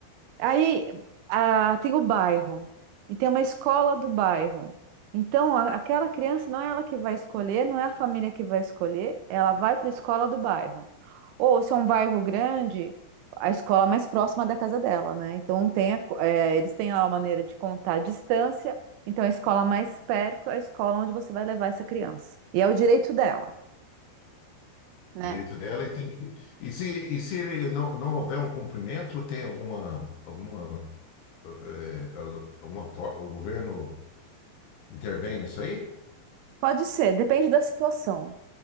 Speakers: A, on the right; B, on the left.
A: Aí ah, tem o bairro e tem uma escola do bairro. Então, a- aquela criança não é ela que vai escolher, não é a família que vai escolher, ela vai para a escola do bairro. Ou se é um bairro grande, a escola mais próxima da casa dela, né? Então, tem a co- é, eles têm lá uma maneira de contar a distância. Então, a escola mais perto é a escola onde você vai levar essa criança. E é o direito dela, né?
B: Direito dela e tem que... E se, e se ele não, não houver um cumprimento, tem alguma, alguma, eh, alguma, fo- o governo intervém nisso aí?
A: Pode ser, depende da situação.